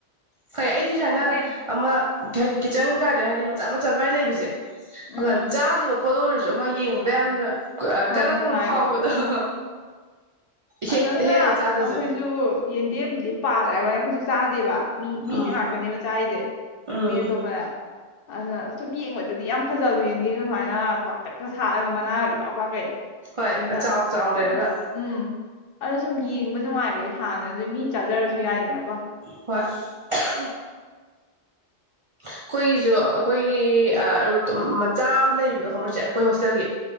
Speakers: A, on the right (about 60°); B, on the left (about 60°).
A: ꯐꯩ ꯑꯩꯗꯤ ꯁꯥꯢꯅ
B: ꯑꯇꯩ
A: ꯑꯃ ꯍꯥꯏꯗꯤ ꯀꯤꯠꯆꯟ ꯒꯥꯔꯗꯦꯟ ꯍꯥꯏꯗꯤ ꯃꯆꯥ ꯃꯆꯥ ꯑꯗꯨꯃꯏꯅ ꯂꯩꯕꯁꯦ
B: ꯎꯝ
A: ꯑ ꯆꯥꯗꯕ ꯄꯣꯂꯣꯔꯁꯨ ꯑꯃ ꯌꯦꯡꯕꯗ ꯌꯥꯝꯅ ꯀ
B: ꯍꯣꯏ
A: ꯀꯂꯛꯄ
B: ꯅꯨꯡꯉꯥꯏꯕꯗꯣ
A: ꯐꯥꯎꯕꯗꯣ <inaudible>
B: ꯑꯁ
A: ꯍꯦꯛ
B: ꯑꯗꯨꯅ
A: ꯍꯦꯛꯑꯒ ꯆꯥꯗꯣꯏꯁꯨ
B: ꯑꯩꯈꯣꯏꯁꯨ ꯌꯦꯟꯗꯦꯝꯗꯤ ꯄꯥꯜꯂꯦ ꯍꯥꯏꯕꯅ ꯑꯩꯈꯣꯏꯁꯨ ꯆꯥꯗꯦꯕꯥ ꯃꯤ ꯃꯤꯅ
A: ꯎꯝ
B: ꯉꯥꯛꯇꯅꯦꯕ ꯆꯥꯔꯤꯁꯦ
A: ꯎꯝ
B: ꯃꯤ ꯑꯇꯣꯞꯄꯅ ꯑꯗꯨꯗ ꯁꯨꯝ ꯌꯦꯡꯕꯗꯗꯤ ꯌꯥꯝ ꯐꯖꯕꯗꯣ ꯌꯦꯡ ꯌꯦꯡ ꯁꯨꯃꯥꯏꯅ ꯄꯥꯛꯇꯛꯀ ꯁꯥꯔꯒ ꯃꯅꯥꯒꯗꯤ ꯏ ꯄꯥꯛ ꯄꯥꯛꯀꯩ
A: ꯍꯣꯏ
B: ꯑꯗꯨꯅ
A: ꯆꯥꯎ ꯆꯥꯎ
B: ꯁꯨꯝ
A: ꯂꯩꯔꯒ
B: ꯎꯝ ꯑꯗꯣ ꯁꯨꯝ ꯌꯦꯡꯕ ꯅꯨꯡꯉꯥꯏꯕꯩ ꯊꯥꯅ ꯑꯗꯨ ꯃꯤ ꯆꯥꯖꯔꯁꯨ ꯌꯥꯏꯗꯅ
A: ꯈꯣꯢ ꯑꯍꯝ ꯑꯩꯈꯣꯏꯒꯤꯁꯨ ꯑꯩꯈꯣꯏꯒꯤ ꯔꯨꯞꯇꯣ ꯃꯆꯥ ꯑꯃ ꯂꯩꯕꯗꯣ ꯈꯪꯕꯔ ꯆꯦ ꯑꯩꯈꯣꯏ ꯍꯣꯁꯇꯦꯜꯒꯤ